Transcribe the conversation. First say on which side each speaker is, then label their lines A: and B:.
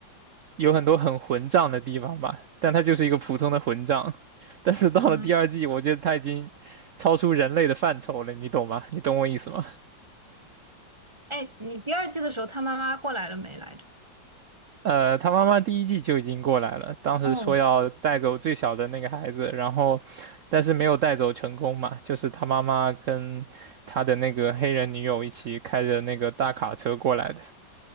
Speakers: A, on the right; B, on the right.
A: 有很多很混账的地方吧，但他就是一个普通的混账。<laughs> 但是到了第二季，
B: 嗯，
A: 我觉得他已经超出人类的范畴了，你懂吗？你懂我意思吗？
B: 哎，你第二季的时候，他妈妈过来了没来着？
A: 呃，他妈妈第一季就已经过来了，当时说要带走最小的那个孩子，
B: 哦，
A: 然后但是没有带走成功嘛，就是他妈妈跟他的那个黑人女友一起开着那个大卡车过来的。